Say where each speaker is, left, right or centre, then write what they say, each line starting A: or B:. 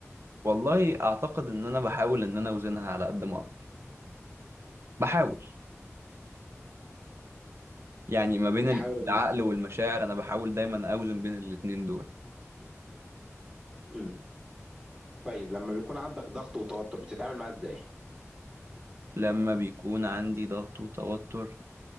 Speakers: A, on the right; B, on the right.
A: والله اعتقد ان انا بحاول ان انا اوزنها على قد ما اقدر بحاول يعني ما بين
B: بتحاول إن-
A: العقل والمشاعر انا بحاول دايما اوزن بين الاتنين دول
B: مم. طيب لما بيكون عندك ضغط وتوتر بتتعامل معاه ازاي
A: لما بيكون عندي ضغط وتوتر